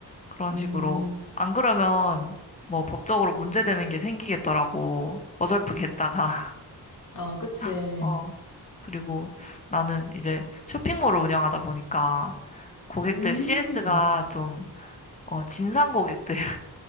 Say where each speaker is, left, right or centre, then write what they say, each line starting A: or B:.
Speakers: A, on the left; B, on the left.
A: 그런
B: 음.
A: 식으로. 안 그러면 뭐 법적으로 문제되는 게 생기겠더라고. 어설프게 했다가.
B: 어, 그치.
A: <laughs> 어. 그리고 나는 이제 쇼핑몰을 운영하다 보니까 고객들
B: 음,
A: CS가 좀, 어, 진상 고객들